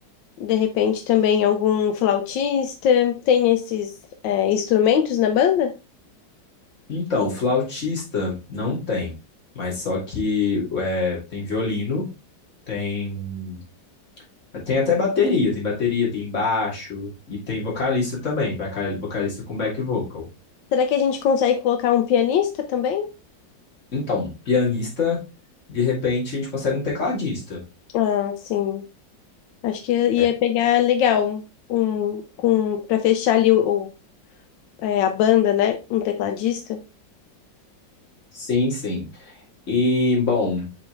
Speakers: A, on the left (about 85°); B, on the left (about 40°).
A: de repente também algum flautista. Tem esses, é, instrumentos na banda?
B: Então, flautista não tem, mas só que é, tem violino, tem. Tem até bateria, tem bateria, tem baixo e tem vocalista também, voca- vocalista com back vocal.
A: Será que a gente consegue colocar um pianista também?
B: Então, pianista, de repente a gente consegue um tecladista.
A: Ah, sim. Acho que ia
B: É,
A: pegar legal um, com para fechar ali o, o- é, a banda, né? Um tecladista.
B: sim, sim. E, bom,